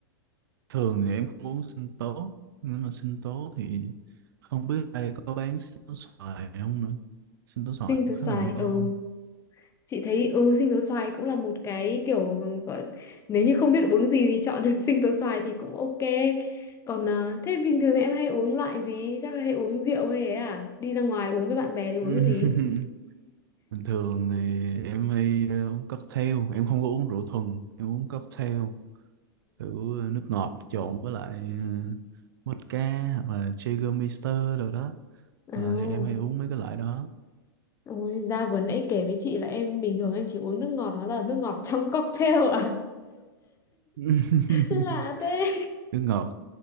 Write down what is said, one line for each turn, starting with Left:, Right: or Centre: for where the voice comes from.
Right: Thường thì em không uống sinh tố, nhưng mà sinh tố thì không biết đây có bán sinh tố xoài không nữa. Sinh
Left: <laughs>
Right: tố xoài
Left: sinh tố
Right: cũng khá
Left: xoài
Right: là ngon.
Left: ừ chị thấy ừ sinh tố xoài cũng là một cái kiểu gọi nếu như không biết uống gì thì chọn <laughs> sinh tố xoài thì cũng ok còn ờ, thế bình thường thì em hay uống loại gì chắc là hay uống rượu hay ấy à đi ra ngoài uống với bạn bè thì
Right: <laughs>
Left: uống cái gì
Right: Bình thường thì em hay ờ, uống cocktail, em không có uống rượu thuần, em uống cocktail kiểu ờ, nước ngọt trộn với lại ờ, vodka hoặc là Jägermeister rồi đó.
Left: ừ
Right: Ờ, thì em hay uống mấy cái loại đó.
Left: Ôi, ra vừa nãy kể với chị là em bình thường em chỉ uống nước ngọt đó là nước ngọt <laughs> trong cocktail à
Right: <laughs>
Left: <laughs> lạ thế
Right: Nước ngọt,